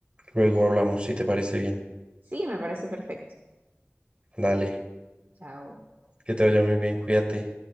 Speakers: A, on the right (about 25°); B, on the right (about 45°).
A: luego hablamos si te parece bien.
B: Sí, me parece perfecto.
A: Dale,
B: Chao.
A: que te vaya muy bien, cuídate.